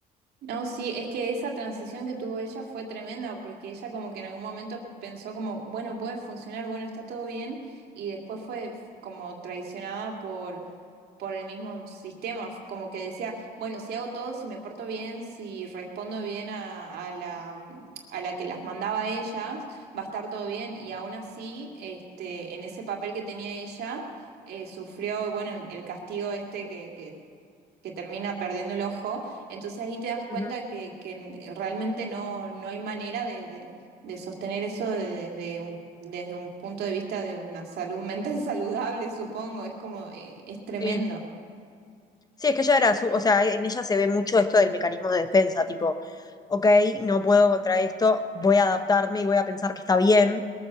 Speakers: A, on the right; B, on the left.
A: No, sí, es que esa transición que tuvo ella fue tremenda porque ella como que en algún momento pensó como, bueno, puede funcionar, bueno, está todo bien, y después fue f- como traicionada por por el mismo sistema, f- como que decía, bueno, si hago todo, si me porto bien, si respondo bien a, a la, mm, a la que las mandaba a ellas, va a estar todo bien. Y aún así, este, en ese papel que tenía ella, eh, sufrió, bueno, el, el castigo este que, que, que termina perdiendo el ojo. Entonces ahí te das cuenta
B: Ujú,
A: que, que n- realmente no, no hay manera de, de- de sostener eso de- desde un... desde un punto de vista de una salud mental <laughs> saludable, supongo, es como, eh, es tremendo.
B: Sí, Sí, es que ella era su, o sea, en ella se ve mucho esto del mecanismo de defensa, tipo, ok, no puedo contra esto, voy a adaptarme y voy a pensar que está bien